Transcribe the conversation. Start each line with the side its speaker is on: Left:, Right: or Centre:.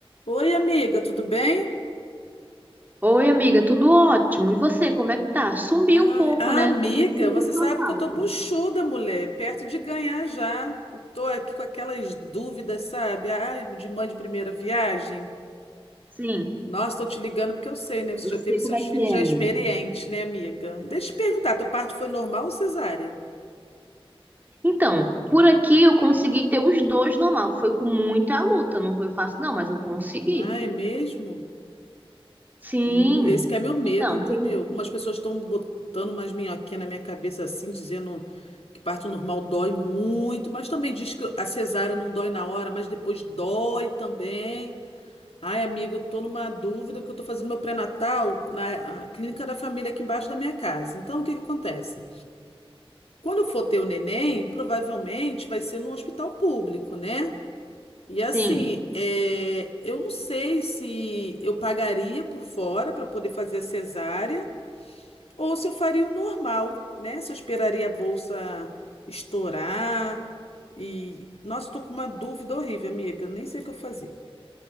Left: Oi, amiga, tudo bem?
Right: Oi, amiga, tudo ótimo. E você, como é que tá? Sumiu
Left: Ai,
Right: um pouco,
Left: ah,
Right: né?
Left: amiga,
Right: Tô até sentindo
Left: você
Right: sua
Left: sabe
Right: falta.
Left: que eu tô buchuda, mulher, perto de ganhar já. E tô aqui com aquelas dúvidas, sabe? Ai, de mãe de primeira viagem.
Right: Sim,
Left: Nossa, tô te ligando porque eu sei, né? Você
Right: eu
Left: já
Right: sei
Left: teve seus
Right: como é que
Left: filhos
Right: é,
Left: já
Right: amiga.
Left: é experiente, né, amiga? Deixa eu te perguntar, teu parto foi normal ou cesárea?
Right: Então, por aqui eu consegui ter os dois normal. Foi com muita luta, não foi fácil, não, mas eu consegui.
Left: Ai, mesmo?
Right: Sim.
Left: Hum, esse que é meu medo,
Right: Então,
Left: entendeu?
Right: teve-
Left: Umas pessoas estão botando umas minhoquinhas na minha cabeça assim, dizendo que parto normal dói muito, mas também diz que a cesárea não dói na hora, mas depois dói também. Ai, amiga, eu tô numa dúvida porque eu tô fazendo meu pré-natal na ah, clínica da família aqui embaixo da minha casa. Então, o que que acontece? Quando eu for ter o neném, provavelmente vai ser num hospital público, né? E assim,
Right: sim.
Left: é, eu não sei se eu pagaria por fora para poder fazer a cesárea ou se eu faria o normal, né? Se eu esperaria a bolsa estourar. E. Nossa, eu tô com uma dúvida horrível, amiga. Eu nem sei o que eu fazia.